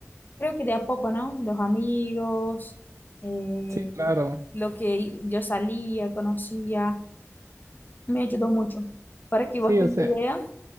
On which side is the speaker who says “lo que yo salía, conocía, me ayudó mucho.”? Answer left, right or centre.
Left